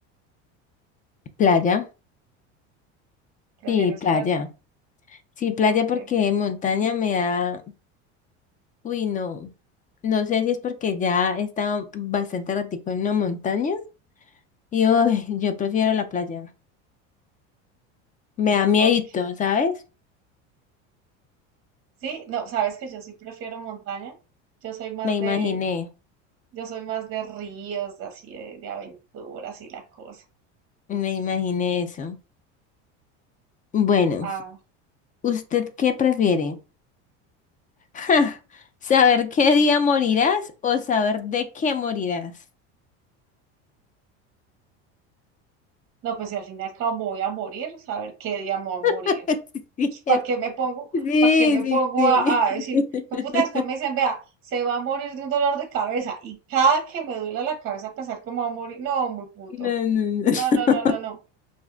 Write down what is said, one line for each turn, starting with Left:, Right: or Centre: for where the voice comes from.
Left: ¿Playa?
Right: ¿Prefieres
Left: Sí, playa.
Right: playa?
Left: Sí, playa
Right: Ok,
Left: porque montaña me da, uy, no, no sé si es porque ya he estado bastante ratico en una montaña y uy, <laughs> yo prefiero la playa. Me da miedito,
Right: ok.
Left: ¿sabes?
Right: Sí, no, sabes que yo sí prefiero montaña. Yo soy más
Left: Me imaginé,
Right: de, yo soy más de ríos, de así de, de aventuras y la cosa.
Left: me imaginé eso. Bueno,
Right: Ah,
Left: ¿usted qué prefiere? <laughs> Ja, ¿Saber qué día morirás o saber de qué morirás?
Right: no, pues si al final cabo me voy a morir, saber qué día me voy a morir.
Left: <laughs>
Right: <laughs> ¿Para qué me pongo?
Left: Sí,
Right: ¿Para qué me pongo
Left: sí, sí.
Right: a, a decir?
Left: <laughs>
Right: "Pues puta, después me dicen, vea, se va a morir de un dolor de cabeza. Y cada que me duela la cabeza pensar que me va a morir, no, muy puto.
Left: No, no,
Right: No, no,
Left: no.
Right: no,
Left: <laughs>
Right: no, no.